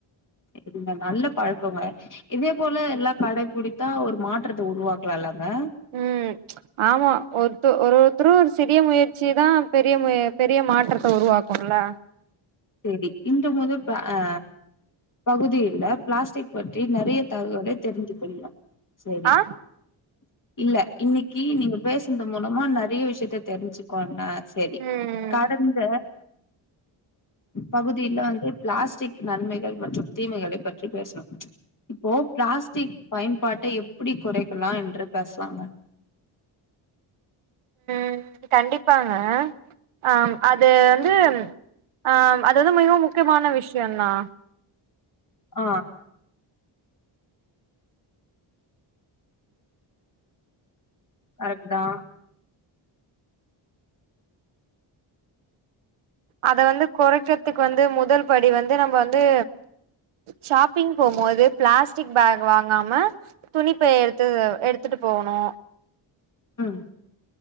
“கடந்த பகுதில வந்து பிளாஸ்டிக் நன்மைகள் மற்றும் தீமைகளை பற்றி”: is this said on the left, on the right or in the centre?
Left